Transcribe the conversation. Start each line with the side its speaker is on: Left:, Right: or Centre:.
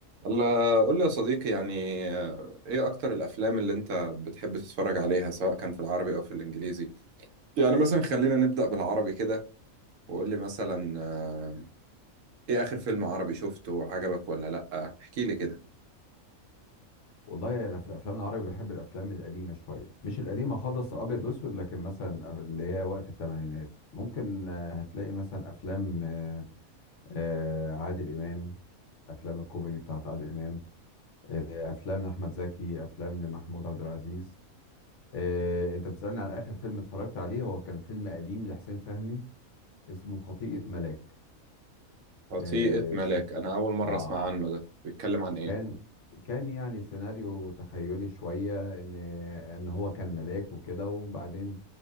Right: الله قول لي يا صديقي يعني آه، ايه اكتر الافلام اللي انت بتحب تتفرج عليها سواء كان في العربي او في الانجليزي يعني مثلا خلينا نبدأ بالعربي كده وقول لي مثلا آه، ايه اخر فيلم عربي شفته وعجبك ولا لا احكي لي كده
Left: والله انا في الافلام العربي بحب الافلام القديمه شويه مش القديمه خالص ابيض واسود لكن مثلا اللي هي وقت الثمانينات ممكن آه، هتلاقي مثلا افلام آه، آه، عادل امام افلام الكوميدي بتاعت عادل امام آه، افلام لاحمد زكي افلام لمحمود عبد العزيز آه، انت بتسالني على اخر فيلم اتفرجت عليه هو كان فيلم قديم لحسين فهمي اسمه خطيئه ملاك
Right: وطيقة
Left: اه
Right: ملاك
Left: س-
Right: انا اول مرة
Left: آه،
Right: اسمع عنه ده بيتكلم عن ايه
Left: كان كان يعني سيناريو تخيلي شوية ان ان هو كان ملاك وكده وبعدين